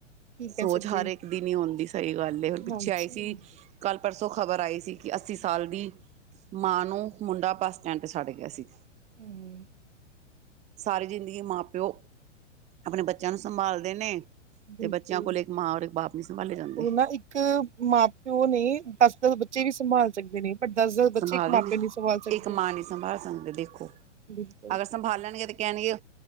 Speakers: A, on the right; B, on the right.
A: ਕੀ ਕਹਿ
B: ਸੋਚ
A: ਸਕਦੇ
B: ਹਰ ਇੱਕ ਦੀ ਨੀ ਆਉਂਦੀ ਸਹੀ ਗੱਲ ਹੁਣ ਪਿੱਛੇ
A: ਹਾਂਜੀ
B: ਆਈ ਸੀ ਕੱਲ। ਪਰਸੋਂ ਖ਼ਬਰ ਆਈ ਸੀ ਕਿ ਅੱਸੀ ਸਾਲ ਦੀ ਮਾਂ ਨੂੰ ਮੁੰਡਾ ਬੱਸ ਸਟੈਂਡ ਤੇ ਛੱਡ ਗਿਆ ਸੀ
A: ਹੂੰ।
B: ਸਾਰੀ ਜ਼ਿੰਦਗੀ ਮਾਂ ਪਿਓ ਆਪਣੇ ਬੱਚਿਆਂ ਨੂੰ ਸੰਭਾਲਦੇ ਨੇ
A: ਬਿਲਕੁਲ
B: ਤੇ ਬੱਚਿਆਂ ਕੋਲ ਇੱਕ ਮਾਂ ਔਰ ਇੱਕ ਬਾਪ ਨੀ ਸੰਭਾਲੇ ਜਾਂਦੇ
A: ਉਹ ਨਾ ਇੱਕ ਮਾਂ ਪਿਓ ਨੇ ਦਸ-ਦਸ ਬੱਚੇ ਵੀ ਸੰਭਾਲ ਸਕਦੇ ਨੇ ਪਰ ਦਸ ਦਸ ਬੱਚੇ
B: ਸੰਭਾਲਦੇ
A: ਇੱਕ ਮਾਂ
B: ਨੇ
A: ਪਿਓ ਨਹੀਂ ਸੰਭਾਲ ਸਕਦੇ
B: ਇੱਕ ਮਾਂ ਨੀ ਸੰਭਾਲ ਸਕਦੇ ਦੇਖੋ
A: ਬਿਲਕੁਲ
B: ਅਗਰ ਸੰਭਾਲਣਗੇ ਤੇ ਕਹਿਣ ਗੇ